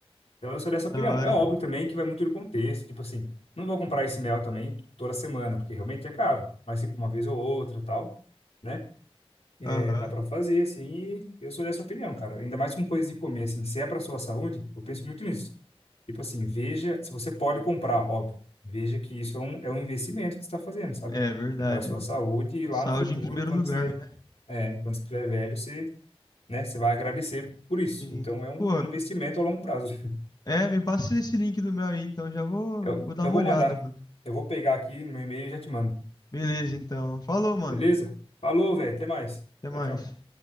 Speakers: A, on the left (about 85°); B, on the left (about 40°).
A: Então eu sou dessa opinião.
B: da hora.
A: É óbvio também que vai muito do contexto, tipo assim, não vou comprar esse mel também toda semana, porque realmente é caro, mas tipo uma vez ou outra, tal, né? É,
B: Aham,
A: dá pra fazer assim, e eu sou dessa opinião, cara. Ainda mais com coisas de comer assim, se é pra sua saúde, eu penso muito nisso. Tipo assim, veja, se você pode comprar, óbvio, veja que isso é um, é um investimento que você está fazendo, sabe?
B: é verdade.
A: É para a sua saúde e lá
B: Saúde
A: no futuro,
B: em primeiro
A: quando
B: lugar,
A: você
B: né?
A: é, quando você estiver velho, você, né, você vai agradecer por isso.
B: Sim.
A: Então, é um
B: Pô,
A: investimento a longo prazo. <laughs>
B: é, me passa esse link do meu aí, então já vou,
A: Eu,
B: vou dar
A: eu
B: uma
A: vou
B: olhada,
A: mandar.
B: mano.
A: Eu vou pegar aqui no meu e-mail e já te mando.
B: Beleza, então. Falou, mano.
A: Beleza? Falou, velho. Até mais.
B: Até mais.
A: Tchau, tchau.